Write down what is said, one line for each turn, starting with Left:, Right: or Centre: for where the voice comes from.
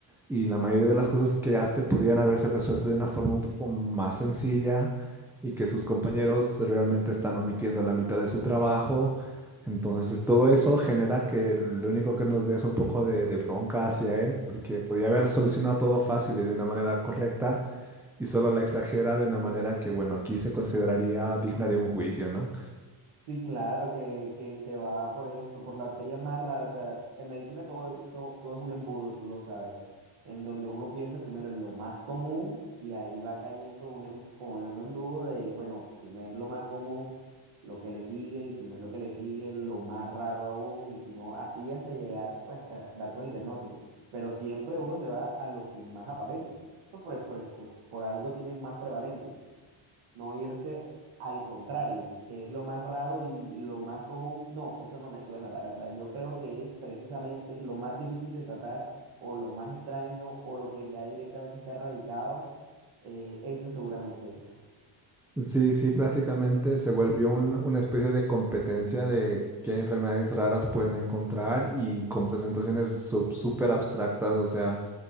Centre: y la mayoría de las cosas que hace podrían haberse resuelto de una forma un poco más sencilla y que sus compañeros realmente están omitiendo la mitad de su trabajo. Entonces, es- todo eso genera que lo único que nos dé es un poco de, de bronca hacia él, porque podía haber solucionado todo fácil y de una manera correcta, y solo la exagera de una manera que, bueno, aquí se consideraría digna de un juicio, ¿no?
Right: Sí, claro, que, que se va, por ejemplo, por la bacteria más rara. O sea, en medicina todo, todo, todo es un embudo, tú lo sabes. En donde uno piensa primero en lo más común y ahí va cayendo un, em- como en un embudo de, bueno, si no es lo más común, lo que le sigue, y si no es lo que le sigue, lo más raro aún, y si no, así hasta llegar, pues hasta dar con el diagnóstico. Pero siempre uno se va a lo que más aparece. Pues por, por, por, por algo tienen más prevalencia no irse al contrario, que es lo más raro y lo más común. No, eso no me suena, la verdad. Yo creo que es precisamente lo más difícil de tratar o lo más extraño o lo que ya directamente está erradicado. eh, eso seguramente es.
Centre: Sí, sí, prácticamente se volvió un- una especie de competencia de qué enfermedades raras puedes encontrar y con presentaciones sup- súper abstractas, o sea,